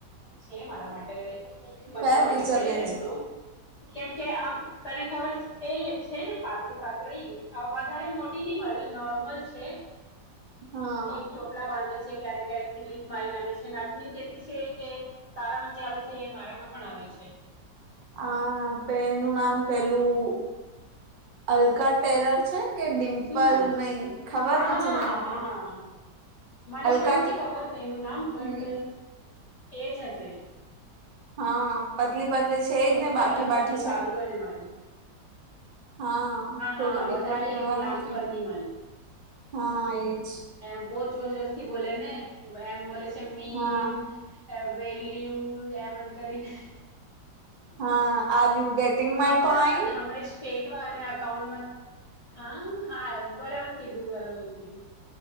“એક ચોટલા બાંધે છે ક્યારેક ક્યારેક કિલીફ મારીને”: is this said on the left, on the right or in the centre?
Left